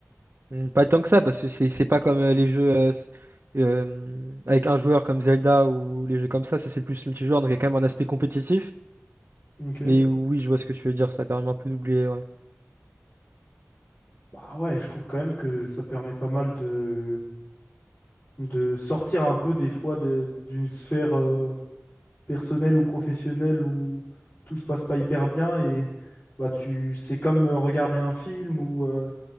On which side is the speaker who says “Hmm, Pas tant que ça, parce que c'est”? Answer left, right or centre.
Right